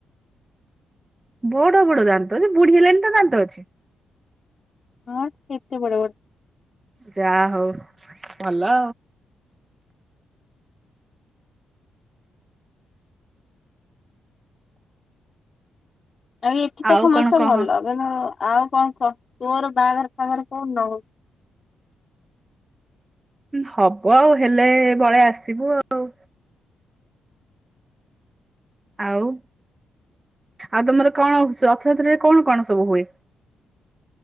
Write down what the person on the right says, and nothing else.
ବଡ ବଡ ଦାନ୍ତ ଯେ ବୁଢୀ ହେଲେଣି ତା ଦାନ୍ତ ଅଛି?
ଯାହା ହଉ ଭଲ।
ଆଉ
କଣ କହ
ହବ ଆଉ ହେଲେ ପଳେଇ ଆସିବୁ ଆଉ। ଆଉ? ଆଉ ତମର କ'ଣ ରଥଯାତ୍ରାରେ କ'ଣ କ'ଣ ସବୁ ହୁଏ?